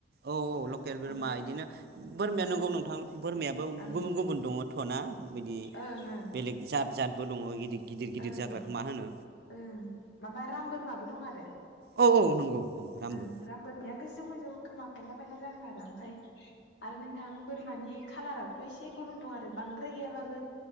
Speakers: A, on the right (about 55°); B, on the left (about 75°).
A: औ औ लकेल बोरमा
B: ओमफ्राय
A: बिदिनो बोरमाया नंगौ
B: ओं
A: नोंथां बोरमायाबो
B: ओं
A: गुबुन गुबुन दङथ'ना बिदि
B: ओं ओं
A: बेलेग जाद जाद दङ गिदिर गिदिर
B: ओं
A: जाग्राखौ मा होनो
B: ओं माबा राम बोरमाबो दं आरो
A: औ औ नंगौ औ रामबो
B: ओं राम बोरमाया गोजौ गोजौ खोमा फायला बायला जागोन आरो ओमफ्राय आरो नोंथां बोरमानि खालाराबोथ' एसे गुबुन दं आरो बांद्राय गैयाबाबो